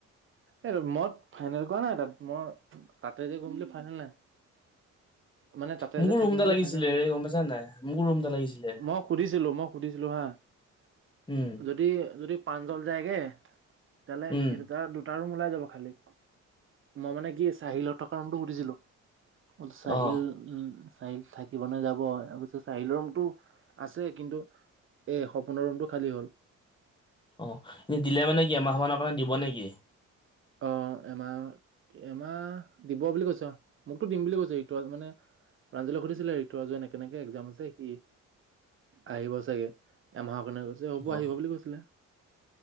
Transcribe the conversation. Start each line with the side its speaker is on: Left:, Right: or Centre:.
Right: এই মই ফাইনেল কোৱা নাই তাত, মই তাতে যে গম বুলি ফাইনেল নাই। মানে তাতে
Left: মোকো
Right: যে থাকিম
Left: ৰুম এটা
Right: বুলি
Left: লাগিছিলে
Right: ফাইনেল নাই
Left: হে গম পাইছা নাই, মোকো ৰুম এটা লাগিছিলে।
Right: মই সুধিছিলো মই সুধিছিলো হা
Left: উম
Right: যদি, যদি পাঞ্জল যায়গে তহ'লে
Left: উম
Right: সেই দুটা দুটা ৰু উলাই যাব খালি, মই মানে কি চাহিলৰ থকা ৰুমটো সুধিছিলো। চাহিল,
Left: অ
Right: উম। চাহিল থাকিব নে যাব অ', চাহিলৰ ৰুমটো আছে কিন্তু এ সপোনৰ ৰুমটো খালী হ'ল।
Left: অ', এনে দিলে মানে কি এমাহ মানৰ কাৰণে দিব নেকি?
Right: অ', এমাহ, এমাহ দিব বুলি কৈছ মোকটো দিম বুলি কৈছ ৰিতু মানে প্ৰাঞ্জলে সুধিছিলে ৰিতু কেনেকে এক্জাম আছে সি আহিব চাগে এমাহৰ নে কৈছে হ'ব
Left: অ
Right: আহিব বুলি কৈছিলে।